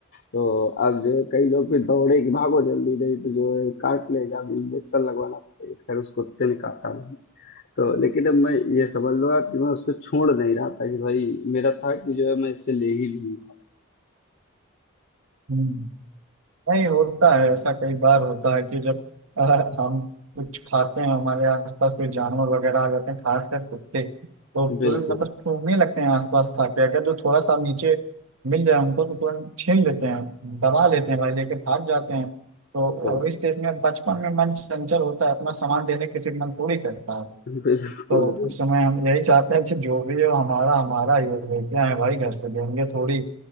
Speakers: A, on the left; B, on the right.
A: तो अब जो है कई लोग फिर दौड़े कि भागो जल्दी नहीं तो जो है काट लेगा अभी इंजेक्शन लगवाना पड़ेगा खैर उस कुत्ते ने काटा नहीं तो लेकिन अब मैं ये समझ लो आप कि मैं उसको छोड़ नहीं रहा था कि भाई मेरा था कि जो है मैं इससे ले ही लूंगा
B: हम्म। नहीं होता है ऐसा कई बार होता है कि जब अ, हम कुछ खाते हैं हमारे आसपास कोई जानवर वगैरह आ जाते हैं खासकर कुत्ते तो
A: बिल्कुल
B: तुरंत मतलब सूंघने लगते हैं आसपास आके अगर जो थोड़ा सा नीचे मिल जाए उनको तो तुरंत छीन लेते हैं दबा लेते हैं भाई लेके भाग जाते हैं तो
A: बिल्कुल
B: और इस केस में बचपन में मन चंचल होता है अपना सामान देने किसी का मन थोड़ी करता है
A: बिल्कुल
B: तो उस समय हम यही चाहते हैं कि जो भी हो हमारा हमारा ये लेके आए भाई घर से देंगे थोड़ी